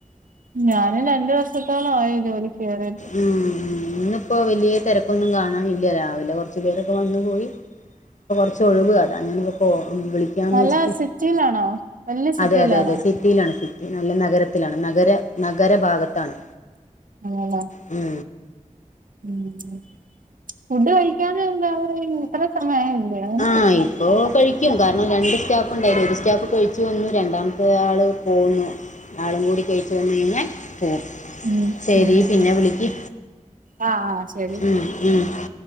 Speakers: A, on the right; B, on the left.
A: ഞാന് രണ്ടു വർസത്തോളായി ജോലിക്കേറി
B: ഉം ഉം ഇന്ന്പ്പോ വലിയ തിരക്കൊന്നും കാണാനില്ല രാവിലെ കുറച്ചു പേരൊക്കെ വന്നു പോയി ഇപ്പ കുറച്ച് ഒഴിവ് അതാ അങ്ങനിപ്പോ വിളിക്കാന്ന്
A: നല്ല
B: വെച്ചിട്ട്
A: സിറ്റിയിലാണോ വല്യ സിറ്റിയിലാണോ
B: അതെയതെയതെ റ്റിയിലാണ് സിറ്റി നല്ല നഗരത്തിലാണ് നഗര നഗരഭാഗത്താണ്
A: <unintelligible>
B: ഉം
A: ഉം ഫുഡ് കഴിക്കാനന്താ ഇത്ര സമയാ യില്ലേ
B: ആഹ് ഇപ്പോ കഴിക്യും കാരണം രണ്ട് സ് ഇപ്പ ഉണ്ടായിരു ഒരു സ്റ്റാഫ് കഴിച്ചു വന്നു രണ്ടാമത്തെയാള് പോന്നു ആളും കൂടി കഴിച്ച് വന്ന്ഴിഞ്ഞാൽ പോവും
A: ഉം
B: ശരി
A: ഉം
B: പിന്നെ വിളിക്ക്
A: ആഹ് ആഹ് ശരി
B: ഉം ഉം